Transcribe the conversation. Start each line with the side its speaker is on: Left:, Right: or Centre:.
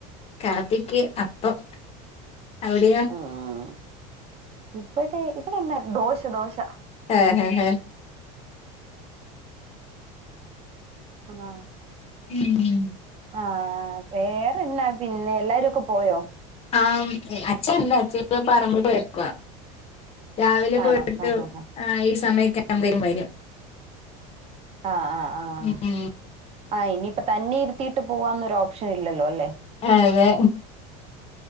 Left: കാപ്പിക്ക് അപ്പം, അവിടെയോ?
Right: ഉം. ഇവിടെ ഇവിടെന്നാർന്ന് ദോശ ദോശ
Left: ആഹ് ഹഹ ഹഹ.
Right: ആഹ്
Left: ഇലെങ്കില
Right: ആഹ് വേറെന്നാ പിന്നെ എല്ലാരൊക്കെ പോയോ?
Left: ആഹ് അച്ചണ്ട് അച്ഛപ്പ പറമ്പി പോയേക്കുവാ. രാവിലെ
Right: ആണോ
Left: പോയിട്ടിണ്ടാവും
Right: ആഹ്
Left: ആഹ് ഈ സമയക്കെ ആവുമ്പേ വരും.
Right: ആഹ് ആഹ് ആഹ്
Left: ഉം
Right: ആഹ് ഇനിയിപ്പ തന്നെ ഇരുത്തിയിട്ട് പോവാന്നൊരു ഓപ്ഷൻ ഇല്ലല്ലോ അല്ലെ?
Left: അതെ.